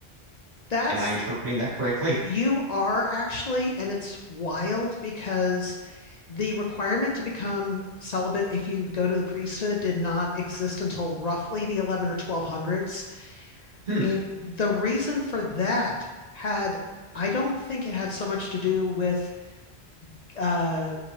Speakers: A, on the left; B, on the right.
A: That's
B: am I interpreting that correctly?
A: you are actually, and it's wild because the requirement to become celibate if you go to the priesthood did not exist until roughly the 11 or 1200s.
B: <laughs> Hmm.
A: And the reason for that had, I don't think it had so much to do with uh,